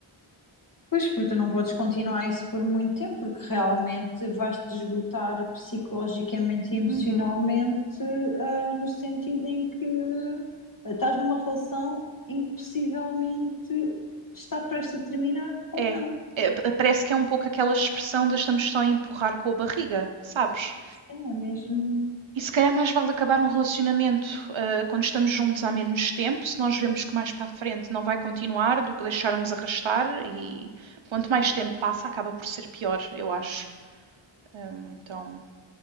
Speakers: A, on the left; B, on the right.
A: Pois, porque tu não podes continuar isso por muito tempo, porque realmente vais-te esgotar psicologicamente e emocionalmente,
B: Uhum.
A: ah, no sentido em que ah, estás numa relação em que possivelmente está prestes a terminar ou
B: É,
A: não.
B: é, parece que é um pouco aquela expressão de estamos só a empurrar com a barriga, sabes?
A: É mesmo.
B: E se calhar mais vale acabar um relacionamento ah, quando estamos juntos há menos tempo, se nós vemos que mais para a frente não vai continuar do que deixarmos arrastar e quanto mais tempo passa acaba por ser pior, eu acho. Ahm, então,